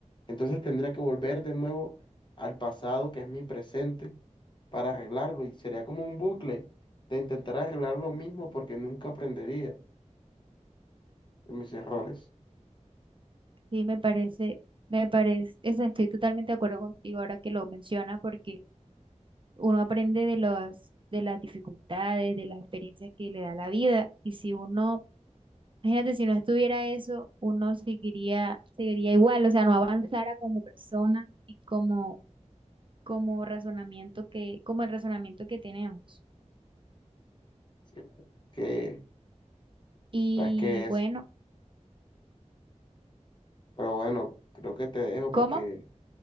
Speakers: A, on the left; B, on the right.
A: Entonces tendría que volver de nuevo al pasado, que es mi presente, para arreglarlo. Y sería como un bucle de intentar arreglar lo mismo porque nunca aprendería de mis errores.
B: sí, me parece, me parece, es- estoy totalmente de acuerdo contigo ahora que lo menciona, porque uno aprende de los, de las dificultades, de las experiencias que le da la vida. Y si uno, imagínate, si no estuviera eso, uno seguiría, seguiría igual, o sea, no avanzara como persona y como, como razonamiento que, como el razonamiento que tenemos.
A: Sí, la verdad que,
B: Y
A: la verdad es que eso.
B: bueno,
A: Pero bueno, creo que te dejo porque
B: ¿cómo?